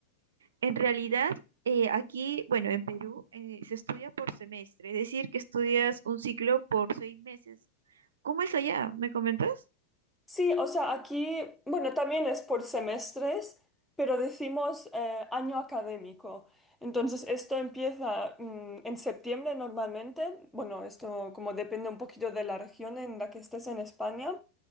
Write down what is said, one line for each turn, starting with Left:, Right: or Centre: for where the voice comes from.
Right: En realidad, eh, aquí, bueno, en Perú, eh, se estudia por semestre, es decir, que estudias un ciclo por seis meses. ¿Cómo es allá? ¿Me comentas?
Centre: Sí, o sea, aquí, bueno, también es por semestres, pero decimos eh, año académico. Entonces, esto empieza mm, en septiembre normalmente. Bueno, esto como depende un poquito de la región en la que estés en España.